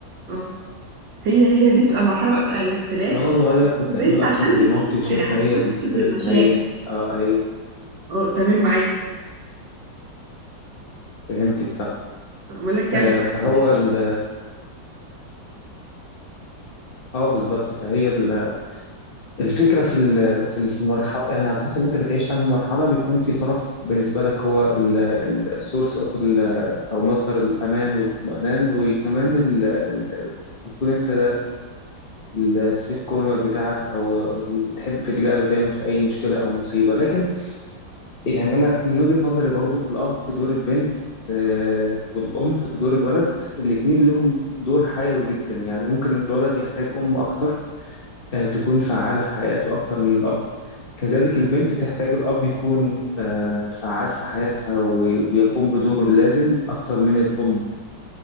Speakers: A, on the right (about 70°); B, on the left (about 35°).
A: اه هي هي دي بتبقى المرحلة بقى بتبقى الاختلاف
B: وانا صغير كنت
A: البنت
B: اميل اكتر
A: عشان
B: لمامتي
A: الأم
B: وشايفها
A: عارفة
B: هي الصدر
A: فكرة المشاعر
B: الحنين اه هي
A: اه تمام معاك
B: فهمتك صح
A: بقول لك كمل
B: آه
A: معاك
B: فهو
A: سامعاك.
B: ال- اه بالظبط فهي ال- الفكره في ال- في ال- في المرحله يعني على حسب انت بتعيش انهي مرحله بيكون في طرف بالنسبه لك هو السورس اوف او مصدر الامان والاطمئنان وكمان ال- ال- بتكون انت السيف كورنر بتاعك او اللي بتحب تلجأ له دايما في اي مشكله او مصيبه لكن يعني انا من وجهه نظري برضو الاب في دور البنت آه، والام في دور الولد الاتنين لهم دور حيوي جدا يعني ممكن الولد يحتاج ام اكتر آه، تكون فعاله في حياته اكتر من الاب كذلك البنت تحتاج الاب يكون آه، فعال في حياتها وبيقوم بدوره اللازم اكتر من الام